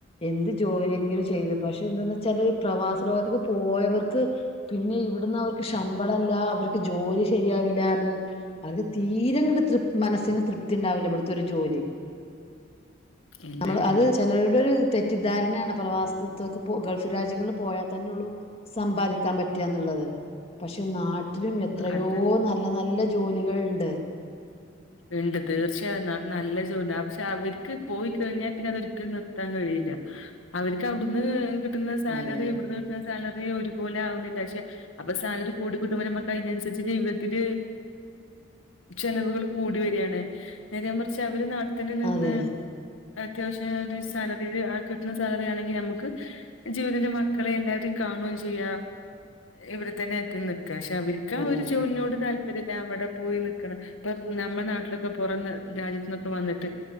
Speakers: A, on the left (about 30°); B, on the left (about 80°).
A: െങ്കിലും ചെയ്ത് പക്ഷെ എന്ത ചില പ്രവാസ ലോകത്തേക്ക പോയവർക്ക് പിന്നെ ഇവിടന്ന് അവർക്ക് ശമ്പളമല്ല അവർക്ക് ജോലി ശരിയാവില്ലാരന്ന് അവർക്ക് തീരെ ക തൃ് മനസ്സിന് തൃപ്തി ഉണ്ടാവില്ല ഇവിടുത്തെ ഒരു ജോലി
B: ഇല്ലല്ല
A: നമ്മൾ അത് ചിലരുടെ ഒരു തെറ്റിദ്ധാരണയാണ് പ്രവാസത്തക്ക് ഗൾഫ് രാജ്യങ്ങൾ പോയാൽ തന്നെ ഉള്ളൂ സമ്പാദിക്കാൻ പറ്റാന്നുള്ളത് പക്ഷെ പക്ഷ നാട്ടിലും എത്രയോ
B: അത്
A: നല്ല നല്ല ജോലികൾ ഉണ്ട്
B: ഉണ്ട് തീർച്ചയായും ന നല്ല ജോല പക്ഷെ അവർക്ക് പോയി കഴിഞ്ഞാൽ പിന്നെ അതൊരിക്കലും നിർത്താൻ കഴിയും അവർക്ക്വിടുന്ന് കിട്ടുന്ന സാലറി
A: അതെ
B: ഇവിന്ന് ക സാലറി ഒരുപോലെ ആവുന്നില്ല പക്ഷെ അപ്പൊ സാലറി കൂടിക്കൂട്ടും്പര നമക്ക അതിനനുസരിച്ച് ജീവിതത്തില്ൽ ചെലവുകൾ കൂടി വരിയാണ് നേത മറിച്ച് അവര് നാട്ടത്തിെ നിന്ന്
A: അതെ
B: അത്യാവശ്യം ഒരു സാലറിയിയില് കിട്ടുന്ന സാലറി ആണെങ്കിൽ നമുക്ക് ജീവിതത്തിന്റെ മക്കളെ എല്ലാവരും കാണയും ചെയ്യ ഇവിടെ തന്നെ എത്തുന്നു പക്ഷെ അവർക്ക് ആ
A: അതെ
B: ഒരു ജോലിനോട് താല്പര്യമില്ല അവിടെ പോയി നക്കണം ഇ നമ്മുടെ നാട്ടിലൊക്കെറ രാജ്യത്ത്ന്നൊക്കെ വന്നിട്ട്